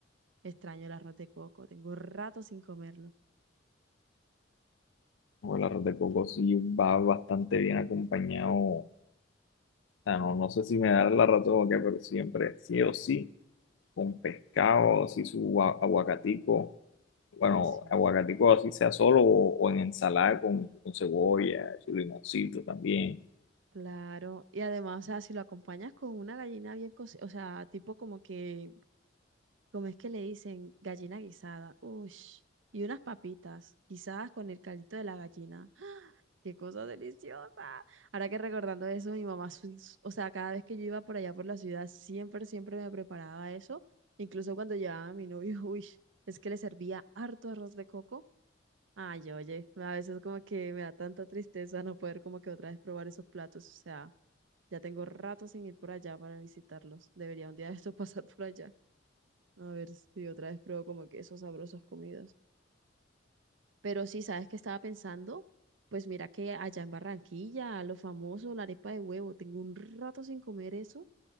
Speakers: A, on the right (about 85°); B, on the left (about 85°).
A: Extraño el arroz de coco, tengo rato sin comerlo.
B: O el arroz de coco sí va bastante bien acompañado. O sea, no, no sé si me da la razón o qué, pero siempre, sí o sí, con pescado, así su agua- aguacatico. Bueno,
A: Sí.
B: aguacatico así sea solo o, o en ensalada con, con cebolla, su limoncito también.
A: Claro, y además, o sea, si lo acompañas con una gallina bien cocida, o sea, tipo como que, como es que le dicen, gallina guisada, uy, y unas papitas guisadas con el caldito de la gallina. ¡Ah! ¡Qué cosa deliciosa! Ahora que recordando eso, mi mamá, sí- o sea, cada vez que yo iba por allá por la ciudad, siempre, siempre me preparaba eso. Incluso cuando llevaba a mi novio, <laughs> uy, es que le servía harto arroz de coco Ay, oye, a veces como que me da tanta tristeza no poder como que otra vez probar esos platos. O sea, ya tengo rato sin ir por allá para visitarlos. Debería un día de esto <laughs> pasar por allá. A ver si otra vez pruebo como que esos sabrosos comidas. Pero sí, ¿sabes qué estaba pensando? Pues mira que allá en Barranquilla, lo famoso, la arepa de huevo, tengo un rato sin comer eso.